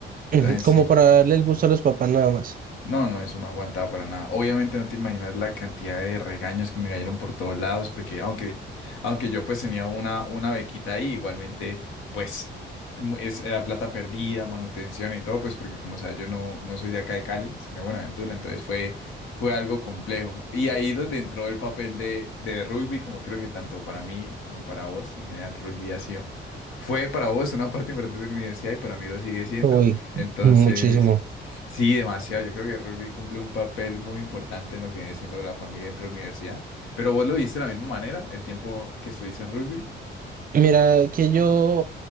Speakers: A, on the right (about 45°); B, on the left (about 85°).
A: Ujú,
B: Entonces,
A: Como
B: sí.
A: para darle el gusto a los papás nada más.
B: No, no, eso no aguantaba para nada. Obviamente no te imaginas la cantidad de regaños que me cayeron por todos lados, porque aunque, aunque yo pues tenía una, una bequita ahí, igualmente pues mu- es, era plata perdida, manutención y todo, pues porque como sabes yo no, no soy de acá de Cali, sino de Buenaventura, entonces fue, fue algo complejo. Y ahí es donde entró el papel de, de rugby, como creo que tanto para mí como para vos, en general rugby ha sido, fue para vos una parte importante de la universidad y para mí lo sigue siendo,
A: Uy,
B: entonces...
A: muchísimo.
B: Sí, demasiado. Yo creo que el rugby cumple un papel muy importante en lo que viene siendo la familia entre la universidad. Pero vos lo viste de la misma manera, el tiempo que estuviste en rugby.
A: Mira, que yo